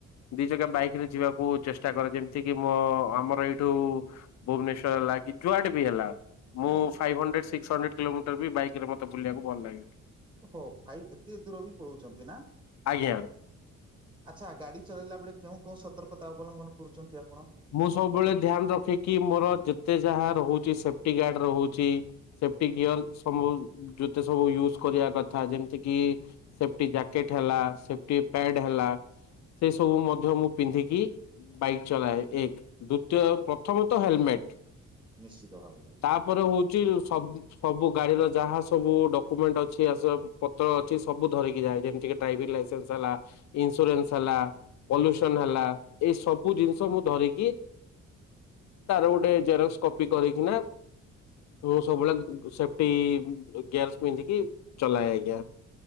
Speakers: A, on the left (about 65°); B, on the right (about 15°).
A: ଦି ଜାଗା ବାଇକରେ ଯିବାକୁ ଚେଷ୍ଟା କରେ ଯେମିତିକି ମୋ ଆମର ଏଇଠୁ ଭୁବନେଶ୍ୱର ହେଲା କି ଯୁଆଡ଼େ ବି ହେଲା
B: ଆଜ୍ଞା
A: ମୁଁ five hundred six hundred kilometre ବି ବାଇକ ରେ ମତେ ବୁଲିବାକୁ ଭଲ ଲାଗେ।
B: ହଁ ଫାଇଭ୍ ଏତେ ଦୂର ବି ପଳଉଛନ୍ତି ନା।
A: ଆଜ୍ଞା।
B: ଆଚ୍ଛା ଗାଡି ଚଲେଇଲା ବେଳେ କେଉଁ କେଉ ସତର୍କତା ଅବଲମ୍ବନ କରୁଛନ୍ତି ଆପଣ?
A: ମୁଁ ସବୁବେଳେ ଧ୍ୟାନ ରଖେ କି ମୋର ଯେତେ ଯାହା ରହୁଛି ସେ ସେଫ୍ଟି ଗାର୍ଡ ରହୁଛି ସେଫ୍ଟି ଗିୟର ସବୁ ଯେତେ ସବୁ ୟୁଜ୍ କରିବା କଥା ଯେମିତିକି ସେଫ୍ଟି ଜ୍ୟାକେଟ୍ ହେଲା ସେଫ୍ଟି ପ୍ୟାଡ ହେଲା ସେ ସବୁ ମଧ୍ୟ ମୁଁ ପିନ୍ଧିକି ବାଇକ୍ ଚଲାଏ । ଏକ ଦ୍ଵିତୀୟ ପ୍ରଥମତଃ ହେଲମେଟ ।
B: ନିଶ୍ଚିତ ଭାବରେ
A: ତାପରେ ହଉଚି ସବୁ ସବୁ ଗାଡିର ଯାହା ସବୁ ଡକୁମେଣ୍ଟ ଅଛି ଆସବାବ ପତ୍ର ଅଛି ସବୁ ଧରିକି ଯାଏ ଯେମିତି ଡ୍ରାଇଭିଂ ଲାଇସେନ୍ସ ହେଲା ଇନସୁରାନ୍ସ ହେଲା ପଲ୍ୟୁସନ ହେଲା ଏ ସବୁ ଜିନିଷ ମୁଁ ଧରିକି ତାର ଗୋଟେ ଜେରକ୍ସ କପି କରିକିନା ମୁଁ ସବୁବେଳେ ସେଫଟି ଗ୍ଲାସ ପିନ୍ଧିକି ଚଲାଏ ଆଜ୍ଞା।